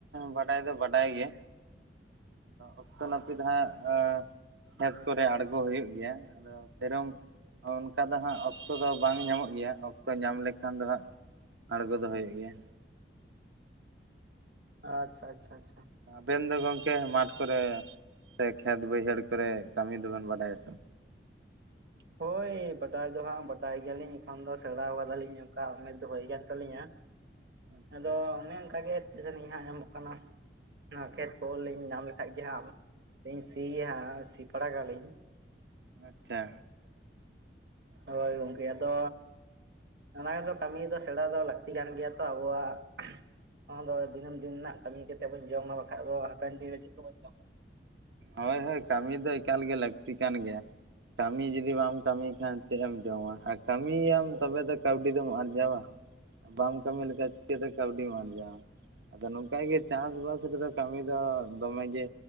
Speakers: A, on the right (about 90°); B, on the right (about 65°).
A: ᱵᱟᱰᱟᱭ ᱫᱚ ᱵᱟᱰᱟᱭ ᱜᱮ ᱚᱠᱛᱚ ᱱᱟᱹᱯᱤᱛ ᱫᱚ ᱦᱟᱸᱜ ᱠᱷᱮᱛ ᱠᱚᱨᱮ ᱟᱲᱜᱚ ᱦᱩᱭᱩᱜ ᱜᱮᱭᱟ ᱥᱮᱨᱚᱢ ᱚᱱᱠᱟ ᱫᱚ ᱦᱟᱸᱜ ᱚᱠᱛᱚ ᱫᱚ ᱵᱟᱝ ᱧᱟᱢᱚᱜ ᱜᱮᱭᱟ ᱚᱠᱛᱚ ᱧᱟᱢ ᱞᱮᱠᱷᱟᱱ ᱫᱚ ᱦᱟᱸᱜ ᱟᱲᱜᱚ ᱫᱚ ᱦᱳᱭᱳᱜ ᱜᱮᱭᱟ
B: ᱟᱹ ᱟᱪᱪᱷᱟ ᱟᱪᱪᱷᱟ ᱟᱪᱪᱷᱟ
A: ᱟᱵᱮᱱ ᱫᱚ ᱜᱚᱝᱠᱮ ᱢᱟᱴᱷ ᱠᱚᱨᱮ ᱥᱮ ᱠᱷᱮᱛ ᱵᱟᱹᱭᱦᱟᱹᱲ ᱠᱚᱨᱮ ᱠᱟᱹᱢᱤ ᱫᱚ ᱵᱮᱱ ᱵᱟᱰᱟᱭᱟ ᱥᱮ
B: ᱦᱳᱭ ᱵᱟᱰᱟᱭ ᱫᱚ ᱦᱟᱸᱜ ᱵᱟᱰᱟᱭ ᱜᱮᱭᱟ ᱞᱤᱧ ᱮᱠᱷᱚᱱ ᱫᱚ ᱥᱮᱬᱟ ᱟᱠᱟᱫᱟ ᱞᱤᱧ ᱚᱱᱠᱟ ᱩᱢᱮᱨ ᱫᱚ ᱦᱩᱭ ᱠᱟᱱ ᱛᱟᱹᱞᱤᱧᱟ
A: ᱟᱪᱪᱷᱟ
B: ᱟᱫᱚ ᱚᱱᱮ ᱚᱱᱠᱟᱟ ᱜᱮ ᱛᱤᱥ ᱟᱹᱱᱤᱡ ᱦᱟᱸᱜ ᱧᱟᱢᱚᱜ ᱠᱟᱱᱟ ᱚᱱᱟ ᱠᱷᱮᱛ ᱠᱚᱞᱤᱧ ᱧᱟᱢ ᱞᱮᱠᱷᱟᱡ ᱜᱮ ᱦᱟᱸᱜᱧ ᱥᱤᱭᱟ ᱦᱟᱸᱜ ᱥᱤ ᱯᱟᱲᱟᱜ ᱟᱞᱤᱧ
A: ᱟᱪᱪᱷᱟ
B: ᱦᱳᱭ ᱜᱚᱝᱠᱮ ᱟᱫᱚ ᱚᱱᱟ ᱜᱮᱫᱚ ᱠᱟᱹᱢᱤ ᱫᱚ ᱥᱮᱬᱟ ᱫᱚ ᱞᱟᱹᱠᱛᱤ ᱠᱟᱱ ᱜᱮᱭᱟ ᱛᱚ ᱟᱵᱚᱣᱟᱜ ᱚᱱᱟ ᱫᱚ ᱫᱤᱹᱢ ᱫᱤᱱ ᱨᱮᱱᱟᱜ ᱠᱟᱹᱢᱤ ᱠᱟᱛᱮᱫ ᱵᱚᱱ ᱡᱚᱢᱟ ᱵᱟᱠᱷᱟᱡ ᱫᱚ ᱦᱟᱯᱮᱱ ᱫᱤᱱ ᱨᱮ ᱪᱮᱫᱵᱚᱱ
A: ᱦᱳᱭ ᱦᱳᱭ ᱠᱟᱹᱢᱤ ᱫᱚ ᱮᱠᱟᱞ ᱜᱮ ᱞᱟᱹᱠᱛᱤ ᱠᱟᱱ ᱜᱮᱭᱟ ᱠᱟᱹᱢᱤ ᱡᱩᱫᱤ ᱵᱟᱢ ᱠᱟᱹᱢᱤ ᱠᱷᱟᱱ ᱪᱮᱫ ᱮᱢ ᱡᱚᱢᱟ ᱟᱨ ᱠᱟᱹᱢᱤᱭᱟᱢ ᱛᱚᱵᱮ ᱫᱚ ᱠᱟᱹᱣᱰᱤ ᱫᱚᱢ ᱟᱨᱡᱟᱣᱟ ᱵᱟᱢ ᱠᱟᱹᱢᱤ ᱞᱮᱠᱷᱟᱡ ᱪᱤᱠᱟᱹᱛᱮ ᱠᱟᱹᱣᱰᱤ ᱫᱚᱢ ᱟᱨᱡᱟᱣ-ᱟ ᱟᱫᱚ ᱱᱚᱝᱠᱟ ᱜᱮ ᱪᱟᱥ ᱵᱟᱥ ᱨᱮᱫᱚ ᱠᱟᱹᱢᱤ ᱫᱚ ᱫᱚᱢᱮ ᱜᱮ